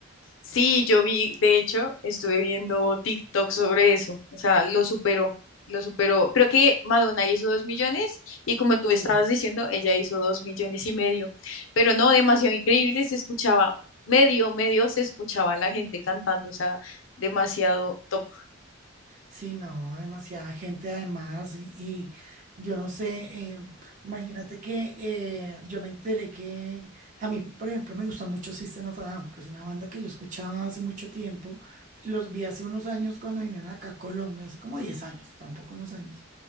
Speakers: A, on the left (about 65°); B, on the right (about 40°).
A: Sí, yo vi, de hecho, estuve viendo TikTok sobre eso. O sea, lo superó, lo superó. Creo que Madonna hizo dos millones y como tú
B: Sí.
A: estabas diciendo, ella hizo dos millones y medio. Pero no, demasiado increíble, se escuchaba medio, medio, se escuchaba la gente cantando. O sea, demasiado top.
B: Sí, no, demasiada gente además y, y yo no sé, eh, imagínate que eh, yo me enteré que a mí, por ejemplo, me gusta mucho System of a Down, que es una banda que yo escuchaba hace mucho tiempo, los vi hace unos años cuando vinieron acá a Colombia, hace como 10 años, tampoco unos años,